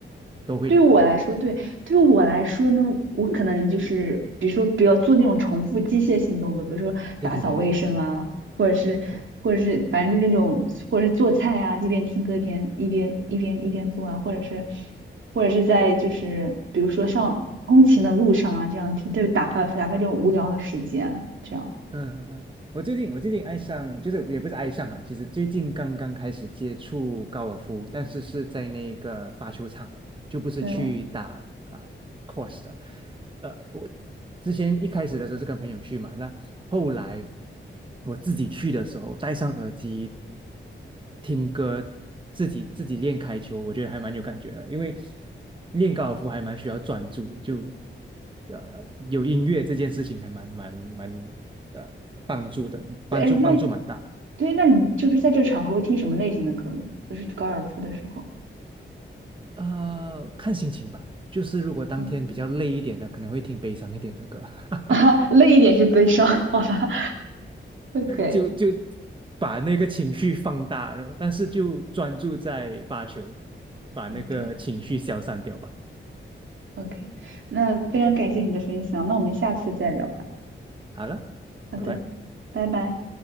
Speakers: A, on the right (about 25°); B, on the right (about 75°).
A: 都会听歌。
B: 对我来说，对，对我来说呢，我可能就是，比如说不要做那种重复机械性动作，比如说打扫卫生啊，
A: 对对对对对
B: 或者是，
A: 对，
B: 或者是，反正就是那种，或者是做菜啊，一边听歌一边一边一边一边做啊，或者是，或者是在就是比如说上通勤的路上啊，这样听，对，打发打发这种无聊的时间啊，这样，
A: 嗯嗯，我最近我最近爱上，就是也不是爱上啊，其实最近刚刚开始接触高尔夫，但是是在那个发球场，就不是去打啊、
B: 对，
A: course 的。呃，我之前一开始的时候是跟朋友去嘛，那后来我自己去的时候，戴上耳机听歌，自己自己练开球，我觉得还蛮有感觉的，因为练高尔夫还蛮需要专注的，就呃有音乐这件事情还蛮蛮蛮呃帮助的，帮助帮助蛮大。
B: 对，哎，那对，那你就是在这个场合会听什么类型的歌呢？就是高尔夫的时候，
A: 呃，看心情吧，就是如果当天比较累一点的，
B: 嗯，
A: 可能会听悲伤一点的歌。
B: <laughs>
A: <laughs>
B: 啊，累一点是悲伤，好吧。OK
A: 就就把那个情绪放大，然后但是就专注在发球，把那个情绪消散掉吧。
B: OK OK，那非常感谢你的分享，
A: 可以这样讲
B: 那我们下次再聊吧。
A: 好了，
B: 好的，
A: 拜拜。
B: 拜拜。